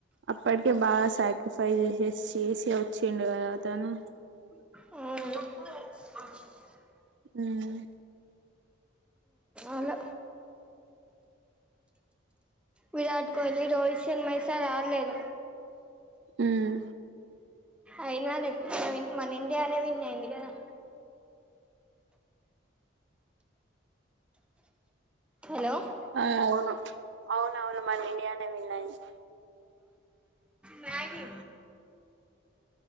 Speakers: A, on the right; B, in the centre.
A: అప్పటికే బాగా సాక్రైఫైస్ చేసేసి చేసి వచ్చిండు గదా అతను
B: మ్
A: ఉమ్
B: అలా విరాట్ కోహ్లీ, రోహిత్ శర్మ ఈసారి ఆల్లేదు.
A: ఉమ్
B: అయినా <unintelligible> మన ఇండియానే విన్నైంది కదా హలో
A: అవును అవునవును మన ఇండియానే విన్నాయింది
B: మ్యాగ్గి